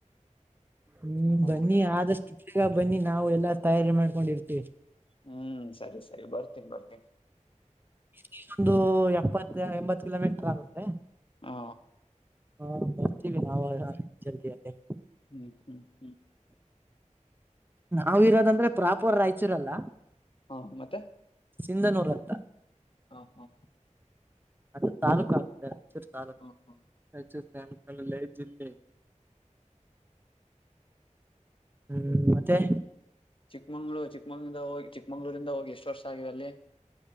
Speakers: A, on the right; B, on the left.
A: ಹ್ಮ್
B: ನೋಡೋಣ
A: ಬನ್ನಿ ಆದಷ್ಟುಗ ಬನ್ನಿ ನಾವು ಎಲ್ಲಾ ತಯಾರಿ ಮಾಡ್ಕೊಂಡಿರ್ತೀವಿ
B: ಹ್ಮ್ ಸರಿ ಸರಿ ಬರ್ತೀನಿ ಬರ್ತೀನಿ
A: ಇಲ್ಲಿ ಒಂದು ಎಪ್ಪತ್ತ ಎಂಬತ್ ಕಿಲೋಮೀಟರ್ ಆಗುತ್ತೆ
B: ಹಾ
A: ಹಾ ಬರ್ತೀವಿ ನಾವವು ಜಲ್ದಿಯಲ್ಲಿ
B: ಹ್ಮ್ ಹ್ಮ್ ಹ್ಮ್
A: ನಾವ ಇರೋದಂದ್ರೆ ಪ್ರಾಪರ್ ರಾಯಚೂರಲ್ಲ
B: ಹಾ ಮತ್ತೆ
A: ಸಿಂಧನೂರಂತ
B: ಹಾ ಹಾ
A: ಅದು ತಾಲೂಕ ಆಗುತ್ತೆ ರಾಯಚೂರು ತಾಲೂಕ್
B: ಹ ಹ
A: ರಾಯಚೂ ಸ ಅಲ್ಲೇ ಜಿಲ್ಲೆ ಹ್ಮ್ ಮತ್ತೆ
B: ಚಿಕ್ಕಮಂಗ್ಳೂರು ಚಿಕ್ಕಮಂಗ್ಳೂಂದ ಹೋಗಿ ಚಿಕ್ಕಮಂಗ್ಳೂರಿಂದ ಹೋಗಿ ಎಷ್ಟು ವರ್ಷ ಆಗಿದೆ ಅಲ್ಲಿ